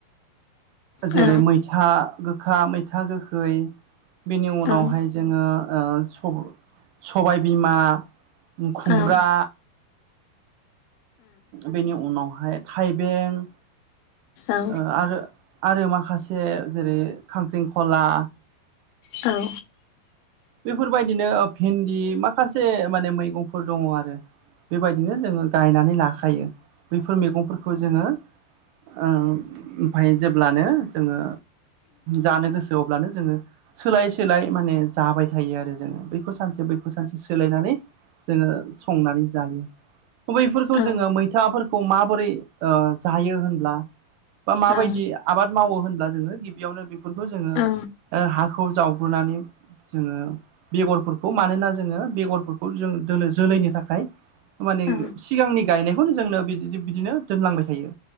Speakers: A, on the right; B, on the left.
A: जेरै
B: औ
A: मैथा गो गोखा मैथा गोखै बेनि उनावहाय
B: औ उम
A: जोंङो ओ स-सबायबिमा खुमब्रा
B: औ
A: बेनि उनावहाय थाइबें
B: औ
A: ओ आरो आरो माखासे जेरै खांख्रिंखला
B: औ
A: बेफोर बायदिनो ओ भिन्दि माखासे माने मैगंफोर दंंङ आरो बेबायदिनो जोंङो गायनानै लाखायो बैफोर मैगंफोरखौ जोंङो ओ ओमफाय जेब्लानो जोंङो जानो गोसो अब्लानो जोंङो सोलाय सोलाय माने जाबाय थायो आरो जोंङो बेखौ सानसे बैखौ सानसे सोलायनानै जोंङो संनानै जायो। बैफोरखौ
B: औ
A: जोंङो मैथाफोरखौ माबोरै ओ जायो होनब्ला बा माबायदि
B: औ
A: आबाद मावो होनब्ला जोंङो गिबियावनो बेफोरखौ जोंङो
B: औ
A: ओ हाखौ जावग्रोनानै जोंङो बेगरफोरखौ मानोना जोंङो बेगरफोरखौ जों दोनो जोलैनि थाखाय माने
B: औ
A: सिगांनि गायनायखौनो जोंनो बि बिदिनो दोनलांबाय थायो।